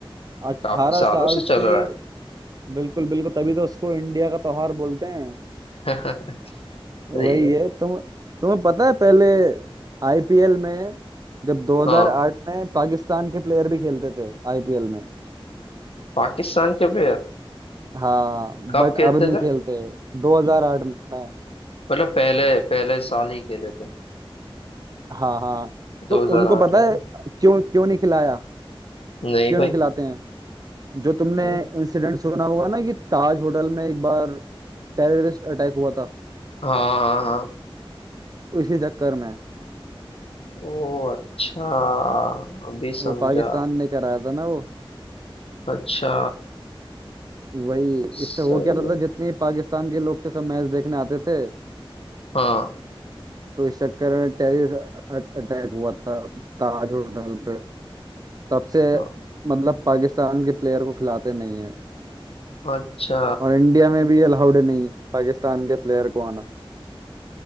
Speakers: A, on the right (about 40°); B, on the left (about 80°).
A: अट्ठारह
B: काफी सालों
A: साल
B: से चल
A: से
B: रहा
A: बिल्कुल बिल्कुल तभी तो उसको इंडिया का त्योहार बोलते हैं
B: है <laughs> सही
A: वही
B: है
A: है तुम तुम्हें पता है पहले आईपीएल में जब 2008
B: हाँ
A: में पाकिस्तान के प्लेयर भी खेलते थे आईपीएल में
B: पाकिस्तान के प्लेयर
A: हाँ
B: कब
A: बट
B: खेलते
A: अब नहीं
B: थे
A: खेलते 2008 में
B: मतलब पहले पहले साल ही खेले थे
A: हाँ हाँ
B: 2008
A: तो उनको पता
B: में
A: है क्यों क्यों नहीं खिलाया
B: नहीं
A: क्यों
B: भाई
A: नहीं खिलाते हैं जो तुमने
B: नहीं
A: इंसिडेंट सुना होगा ना कि ताज होटल में एक बार टेररिस्ट अटैक हुआ था
B: हाँ हाँ हाँ
A: इसी चक्कर में
B: ओ अच्छा अभी समझा
A: वो पाकिस्तान ने कराया था ना वो
B: अच्छा
A: वही
B: सही
A: इससे हो क्या रहता
B: है
A: जितने पाकिस्तान के लोग थे सब मैच देखने आते थे
B: हाँ
A: तो इस चक्कर में टेररिस्ट अटैक हुआ था ताज होटल पे तब से
B: हाँ,
A: मतलब पाकिस्तान के प्लेयर को खिलाते नहीं है
B: अच्छा
A: और इंडिया में भी अलाउड नहीं है पाकिस्तान के प्लेयर को आना